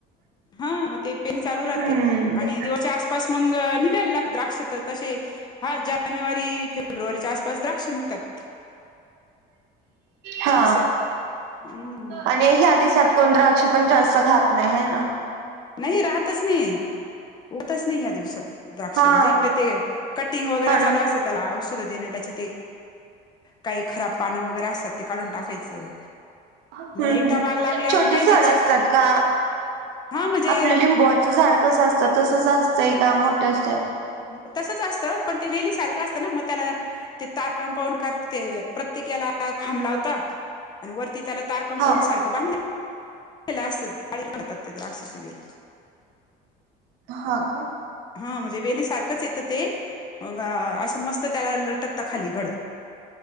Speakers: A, on the left; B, on the right.
A: हा मग ते पेरनी चालू राहती.
B: हम्म.
A: आणि दिवच्या आस पास मग निघायला लागता. द्राक्ष तसे हा ज्या जानेवारी, फेब्रुवारीच्या आसपास द्राक्ष निघतात.
B: हा
A: असं हम्म
B: आणि हे आधीसार कोण द्राक्ष पण जास्त खात नाही हाय ना.
A: नाही राहतच नाही. होतच नाही या दिवसात. द्राक्ष,
B: हा
A: म्हणजे ते कटिंग वगैरे
B: हा ना.
A: चालू असतं. त्याला औषध देणं. त्याच्या ते काही खराब पानं वगैरे असतात. ते काढून टाकायचं.
B: हु-हु
A: नाही एकदा बाग लागल्यावर
B: छोटी
A: काय
B: झाडं
A: ते
B: असतात का,
A: हा म्हणजे
B: आपलं लिंबू -च झाड कसं असतं तसंच असतंय का मोठं असतं.
A: अं तसंच असतं ओ पण ते वेली सारखं असतं ना म त्याला ते तार कमपाऊंड करत ते प्रत्येक याला खांब लावता अण् वरती त्याला तार कंपाऊंड
B: हा
A: सारखं बांधला ला अस <unintelligible> द्राक्षाची वेल.
B: हा का
A: हा म्हजे वेली सारखंच येतं ते अं गं असं मस्त त्याला लटकता खाली घड.